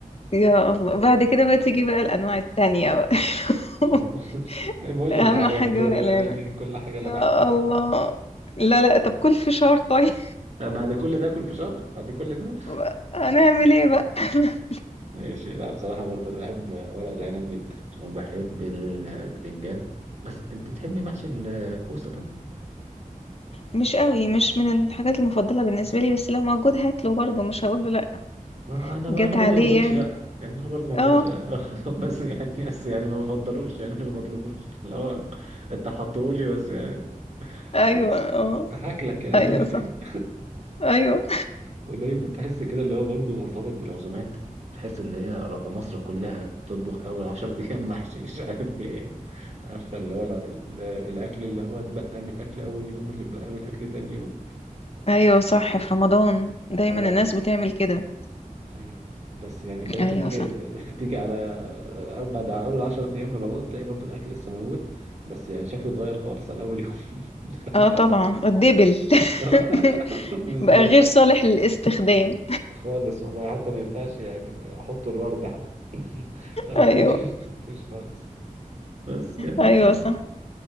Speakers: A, on the left; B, on the right.
A: يا الله بعد كده بقى تيجي بقى الأنواع التانية بقى <laughs>
B: <laughs> بقول
A: أهم
B: لك جعان
A: حاجة
B: تقول
A: ورق
B: انا
A: العنب
B: لي كل حاجة
A: يا
B: اللي بحبها
A: الله لا لا طب كل فشار طيب
B: بعد كل ده اكل فشار بعد كل ده
A: <laughs> هنعمل ايه بقى <laughs>
B: <laughs> ماشي لا بصراحة برضه انا بحب ورق العنب جدا وبحب البتنجان بس انت بتحبي محشي الكوسة ده؟
A: مش قوي مش من الحاجات المفضلة بالنسبة لي بس لو موجود هاكله برضه مش هقوله لا
B: ما انا
A: جت
B: انا برضه
A: عليه
B: ما بقولش
A: يعني
B: لا يعني انا برضه ما بقولش
A: اه
B: لا <laughs> بس يعني بس يعني ما بفضلوش يعني ما بطلبوش لا انت حطولي بس يعني
A: ايوه
B: خلاص
A: اه
B: هاكلك يعني
A: ايوه
B: هعمل
A: صح
B: ايه
A: ايوه
B: <laughs> ودايما تحس كده اللي هو برضه مرتبط بالعزومات تحس اللي هي ر- مصر كلها بتطبخ اول عشر ايام محشي مش عارف ايه عارفه اللي هو ال- ال- الاكل اللي هو اتبقى من اكل اول يوم اللي اتبقى من اكل تاني يوم
A: ايوه صح
B: اه
A: في رمضان دايما
B: آه،
A: الناس بتعمل كده
B: ايوه بس يعني في الاخر
A: ايوه
B: تيجي
A: صح
B: <laughs> تيجي على أو بعد اول 10 ايام من رمضان تلاقي برضو الاكل لسه موجود بس يعني شكله اتغير خالص عن اول يوم <laughs>
A: اه
B: مش
A: طبعا
B: حصل
A: الدبل
B: <laughs>
A: <laughs>
B: بالظبط
A: بقى غير صالح للاستخدام
B: خالص والله حتى ما ينفعش يعني احط الورد حتى <laughs> آه،
A: ايوه
B: مفيش مفيش خالص بس يعني
A: ايوه
B: ف
A: صح